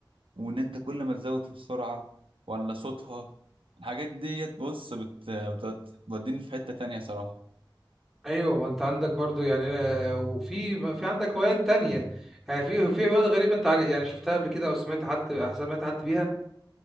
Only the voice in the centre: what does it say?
ايوه ما انت عندك برضو يعني لا- وفي في عندك هوايات تانية يعني في في هوايات غريبة انت عارف- يعني شفتها قبل كده او سمعت حد سمعت حد بيها